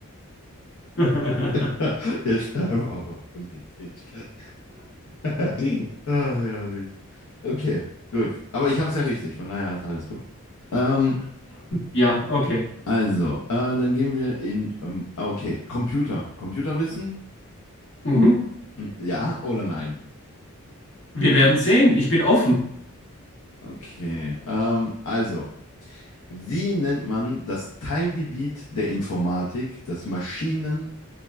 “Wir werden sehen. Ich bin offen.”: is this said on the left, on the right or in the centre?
Left